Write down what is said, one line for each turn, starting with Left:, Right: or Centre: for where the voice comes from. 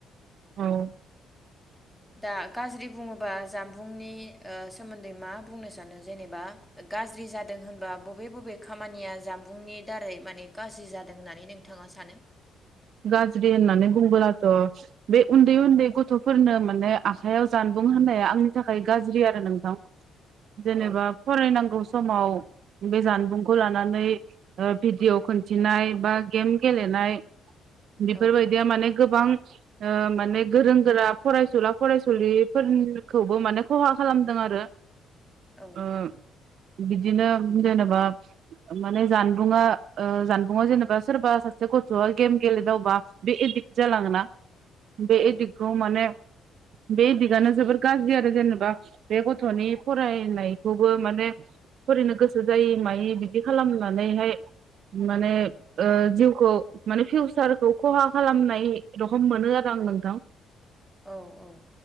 Right: औ <inaudible>
Centre: दा गाज्रि बुङोब बा जानुंनि सोमोन्दै ओ मा बुंनो सानो जेनेबा गाज्रि जादों होनबा बबे बबे खामानिया जामबुंनि दारै माने गाज्रि जादों होननानै नोंथाङा सानो
Right: गाज्रि होननानै बुंबोलाथ' बे उन्दै उन्दै गथ'फोरनो माने आखायाव जानबुं होना आंनि थाखाय गाज्रि आरो नोंथां जेनेबा
Centre: औ
Right: फरायनांगौ समाव बे जानबुंखौ
Centre: औ
Right: लानानै ओ भिडिय' खिन्थिनाय बा गेम गेलेनाय बेफोरबायदिया
Centre: औ
Right: माने गोबां माने गोरों गोरा फरायसुला फरायसुलिफोरखौबो माने खहा खालामदों आरो
Centre: औ
Right: अ बिदिनो जेनेबा माने जानबुंङा जानबुंङा जेनेबा सोरबा सासे गथ'आ गेम गेलेदावबा बे एदिक्ट जालाङोना बे
Centre: औ
Right: एदिक्टखौ माने बे दिगानो जोबोर गाज्रि आरो जेनेबा बे गथ'नि फरायनायखौबो माने फरायनो गोसो जायै मायै बिदि खालामनानैहाय माने ओ जिउखौ माने फिउसार सारखौ खहा खालामनाय रखम मोनो आरो आं नोंथां
Centre: औ औ